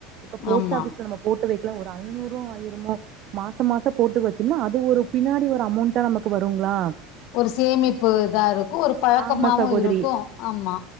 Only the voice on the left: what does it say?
ஆமா
ஒரு சேமிப்பு இதா இருக்கு ஒரு பழக்கமாவு
இருக்கு ஆமா